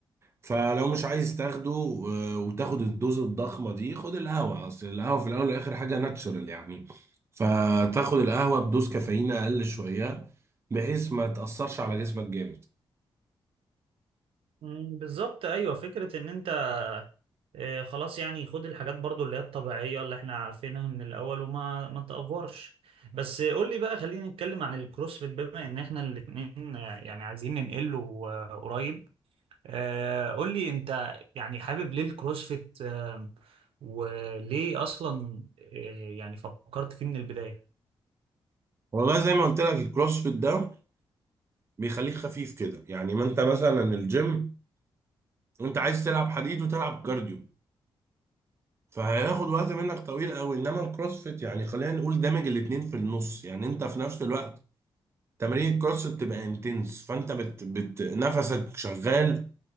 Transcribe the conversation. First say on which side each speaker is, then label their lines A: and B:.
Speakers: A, on the right; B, on the right.
A: فلو مش عايز تاخده آه، وتاخد الدوز الضخمه دي خد القهوه اصل القهوه في الاول والاخر حاجه ناتشورال يعني فتاخد القهوه بدوز كافيين اقل شويه بحيث ما تاثرش على جسمك جامد
B: مم، بالظبط ايوه فكره ان انت آه، خلاص يعني خد الحاجات برضو اللي هي الطبيعية اللي احنا عارفينها من الأول وما ما تأفورش بس آه، قول لي بقى خلينا نتكلم عن الكروسفيت بما ان احنا الاتنين آه، يعني عايزين ننقله آه، قريب آه، قول لي انت يعني حابب ليه الكروسفيت آه، وليه اصلا آه، يعني فكرت فيه من البداية
A: والله زي ما قلت لك الكروسفيت ده بيخليك خفيف كده يعني ما انت مثلا الجيم انت عايز تلعب حديد وتلعب كارديو فهياخد وقت منك طويل قوي انما الكروسفيت يعني خلينا نقول دامج الاتنين في النص يعني انت في نفس الوقت تمارين الكروسفيت تبقى انتنس فانت بت, بت نفسك شغال